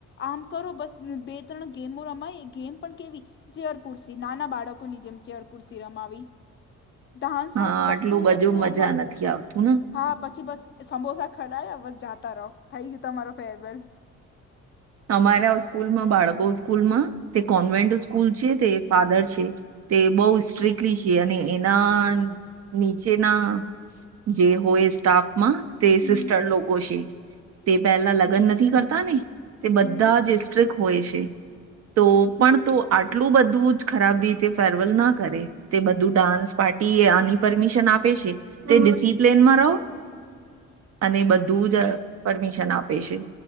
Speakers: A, on the left; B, on the right.
A: આમ કરો બસ બે ત્રણ ગેમો રમાય એ ગેમ પણ કેવી જેર કુર્સી નાના બાળકો ની જેમ ચેર ખુરસી રમાવી ઢાંસ
B: હા
A: વાંસ કશું
B: આટલું બધું
A: નોતું
B: મજા
A: અમારું
B: નથી આવતું ને
A: હા પછી બસ સમબોસા ખડાયા બસ જતા રહો થઈ ગયું તમારો ફેરવેલ
B: અમારા સ્કૂલમાં બાળકો સ્કૂલમાં તે કોન્વેન્ટ સ્કૂલ છે તે ફાધર છે તે બહુ સ્ટ્રિકલી છે અને એના નીચેના જે હોય સ્ટાફ માં તે
A: હમ
B: સિસ્ટર લોકો છે તે પેલા લગ્ન નથી કરતા ને તે બધા
A: હમ
B: જ સસ્ટ્રિક હોય છે તો પણ તો આટલું બધું જ ખરાબ રીતે ફેરવેલ ના કરે તે બધું ડાન્સ પાર્ટી આની પરમિશન આપે છે તે ડિસિપ્લનમાં રહો અને બધું જ પરમિશન આપે છે